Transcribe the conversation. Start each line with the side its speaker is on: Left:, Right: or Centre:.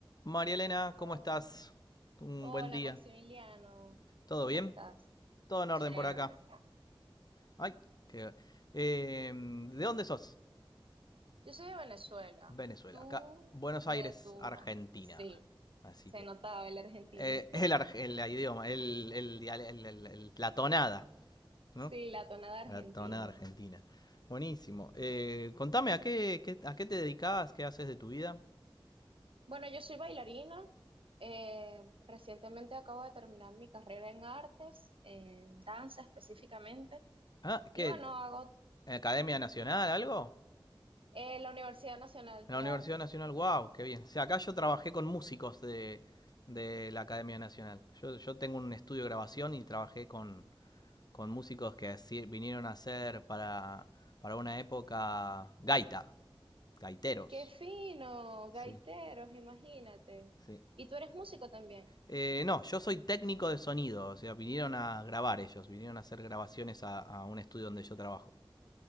Left: María Elena,
Right: Oh,
Left: ¿cómo estás? Un
Right: Hola
Left: buen día.
Right: Maximiliano,
Left: ¿Todo
Right: ¿cómo
Left: bien?
Right: estás?
Left: Todo en orden
Right: Chévere.
Left: por acá. Ay, qué... Eh, ¿De dónde sos?
Right: Yo soy de Venezuela.
Left: Venezuela,
Right: Tú
Left: acá. Buenos
Right: te
Left: Aires,
Right: tú.
Left: Argentina.
Right: Ah, Sí,
Left: Así
Right: se
Left: que...
Right: notaba el argentino.
Left: eh, el,
Right: <laughs>
Left: ar- el idioma, el, el diale- el- el- el- la tonada, ¿no?
Right: Sí, la tonada argentina.
Left: La tonada argentina. Buenísimo. Eh, contame, ¿a qué, qué- a qué te dedicas? ¿Qué haces de tu vida?
Right: Bueno, yo soy bailarina. Eh, recientemente acabo de terminar mi carrera en artes, en danza específicamente.
Left: Ah, ¿qué?
Right: Y bueno, hago
Left: ¿Academia Nacional, algo?
Right: eh, la Universidad Nacional
Left: En
Right: de
Left: la Universidad
Right: Artes
Left: Nacional, wow,
Right: de aquí.
Left: qué bien. O sea, acá yo trabajé con músicos de, de la Academia Nacional. Yo, yo tengo un estudio de grabación y trabajé con, con músicos que así vinieron a hacer para, para una época gaita, gaiteros.
Right: ¡Qué fino! Gaiteros,
Left: Sí,
Right: imagínate.
Left: sí.
Right: Y tú eres músico también.
Left: Eh, no, yo soy técnico de sonido, o sea, vinieron a grabar ellos, vinieron a hacer grabaciones a, a un estudio donde yo trabajo.